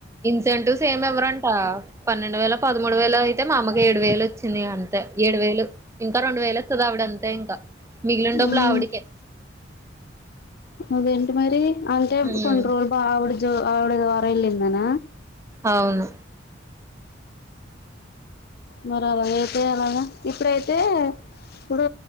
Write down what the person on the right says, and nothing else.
సెంటూ సేమ్ ఇవరంట పన్నెండు వేల పదమూడు వేల అయితే మా అమ్మకు ఏడు వేలు వచ్చింది అంతే ఏడు వేలు ఇంకా రెండు వేలు వస్తది ఆవిడ అంతే ఇంకా మిగిలిండబులా
ఆవిడికే
ఉమ్
ఔను